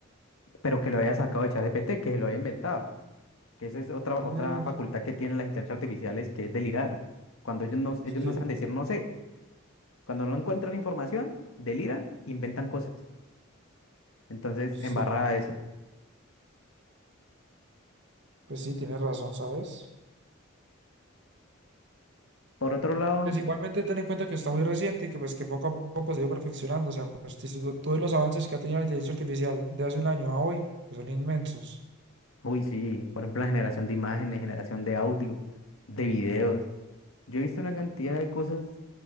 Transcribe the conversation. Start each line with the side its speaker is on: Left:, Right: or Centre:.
Left: pero que lo había sacado de ChatGPT, que se lo había inventado. Que esa es otra,
Right: Mm,
Left: otra facultad que tienen las inteligencias artificiales, que es delirar. Cuando ellos no,
Right: sí,
Left: ellos no saben decir no sé. Cuando no encuentran información, deliran, inventan cosas. Entonces,
Right: sí,
Left: embarrada eso.
Right: pues sí, tienes razón, ¿sabes?
Left: Por otro lado,
Right: Pues igualmente ten en cuenta que está muy reciente y que pues que poco a poco se ha ido perfeccionando. O sea, pues tú tú ves los avances que ha tenido la inteligencia artificial de hace un año a hoy, que son inmensos.
Left: uy, sí, por ejemplo, la generación de imágenes, generación de audio, de videos. Yo he visto una cantidad de cosas